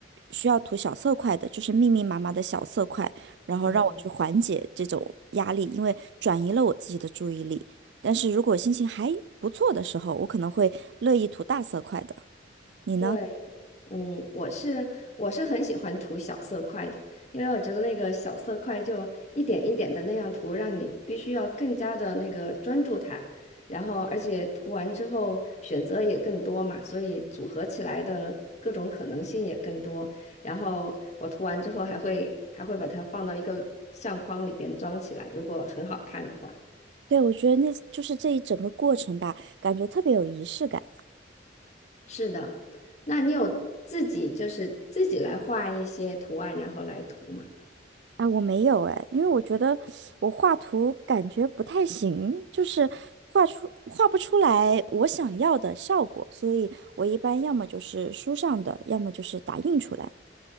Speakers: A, on the right; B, on the left.
A: 需要涂小色块的，就是密密麻麻的小色块，然后让我去缓解这种压力，
B: 对。
A: 因为转移了我自己的注意力。但是如果心情还不错的时候，我可能会乐意涂大色块的。你呢？
B: 对，嗯，我是我是很喜欢涂小色块的，因为我觉得那个小色块就一点一点的那样涂，让你必须要更加的那个专注它，然后而且涂完之后选择也更多嘛，所以组合起来的各种可能性也更多。然后我涂完之后还会还会把它放到一个相框里边装起来，如果很好看的话。
A: 对，我觉得那就是这一整个过程吧，感觉特别有仪式感。
B: 是的，那你有自己就是自己来画一些图案，然后来涂吗？
A: 啊！我没有哎，因为我觉得我画图感觉不太行，就是画出画不出来我想要的效果，所以我一般要么就是书上的，要么就是打印出来。